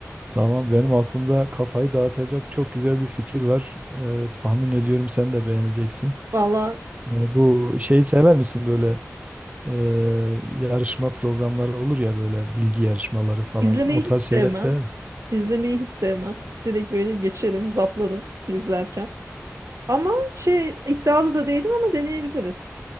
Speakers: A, on the right (about 25°); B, on the right (about 75°).
A: tamam benim aklımda kafayı dağıtacak çok güzel bir fikir var. Ee, tahmin ediyorum sen de beğeneceksin.
B: Valla
A: Ee, bu şeyi sever misin böyle e, yarışma programları olur ya böyle bilgi yarışmaları falan
B: İzlemeyi
A: o
B: hiç
A: tarz
B: sevmem.
A: şeyleri sever
B: İzlemeyi hiç sevmem. Direkt böyle geçerim, zaplarım izlerken. Ama şey iddialı da değilim ama deneyebiliriz.